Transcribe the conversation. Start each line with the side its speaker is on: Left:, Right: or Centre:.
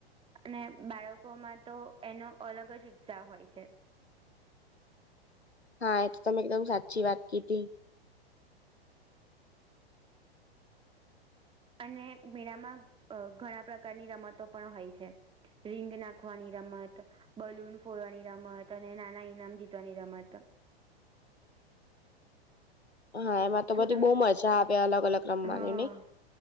Right: અને બાળકોમાં તો એનો અલગ જ ઉત્સાહ હોય છે.
Left: હા એ તો તમે એકદમ સાચી વાત કીધી
Right: અને મેળામાં અ ઘણા પ્રકારની રમતો પણ હોય છે. રીંગ નાખવાની રમત બલૂન ફોડવાની રમત અને નાના ઈનામ જીતવાની રમત
Left: હા એમાં તો
Right: શું
Left: બધી
Right: તમ
Left: બહુ મજા આવે અલગ અલગ રમવાની
Right: હા
Left: ની